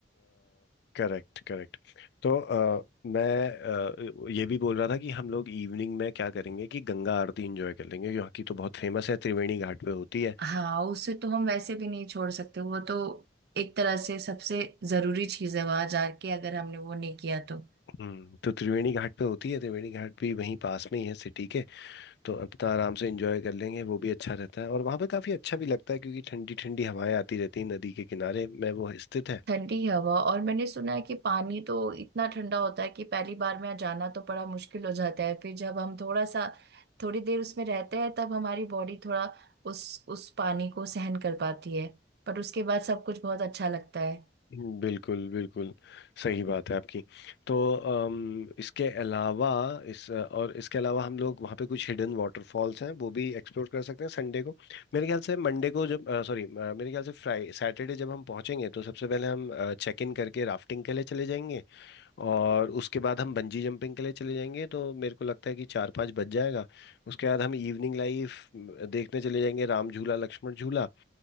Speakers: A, on the left (about 65°); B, on the right (about 60°).
A: Correct correct तो अ, मैं अ, ये भी बोल रहा था कि हम लोग इवनिंग में क्या करेंगे कि गंगा आरती एंजॉय कर लेंगे जो की तो बहुत फेमस है त्रिवेणी घाट पे होती है
B: हाँ उसे तो हम वैसे भी नहीं छोड़ सकते वो तो एक तरह से सबसे जरूरी चीज़ है वहाँ जाके अगर हमने वो नहीं किया तो
A: हम्म तो त्रिवेणी घाट पे होती है त्रिवेणी घाट भी वहीं पास में ही है सिटी के तो अपना आराम से एंजॉय कर लेंगे वो भी अच्छा रहता है और वहाँ पे काफ़ी अच्छा भी लगता है क्योंकि ठंडी ठंडी हवाएं आती रहती हैं नदी के किनारे में वो स्थित है
B: ठंडी हवा और मैंने सुना है कि पानी तो इतना ठंडा होता है कि पहली बार में जाना तो बड़ा मुश्किल हो जाता है फिर जब हम थोड़ा सा थोड़ी देर उसमें रहते हैं तब हमारी बॉडी थोड़ा उस उस पानी को सहन कर पाती है पर उसके बाद सब कुछ बहुत अच्छा लगता है
A: बिल्कुल बिल्कुल सही बात है आपकी तो अम, इसके अलावा इस और इसके अलावा हम लोग वहाँ पे कुछ हिडन वाटरफॉल्स हैं वो भी एक्सप्लोर कर सकते हैं संडे को मेरे ख्याल से मंडे को जब सॉरी मेरे ख्याल से फ्राई सैटरडे जब हम पहुँचेंगे तो सबसे पहले हम चेक इन करके राफ्टिंग के लिए चले जाएंगे और उसके बाद हम बंजी जंपिंग के लिए चले जाएंगे तो मेरे को लगता है कि चार पाँच बज जाएगा उसके बाद हम इवनिंग लाइफ देखने चले जाएंगे राम झूला लक्ष्मण झूला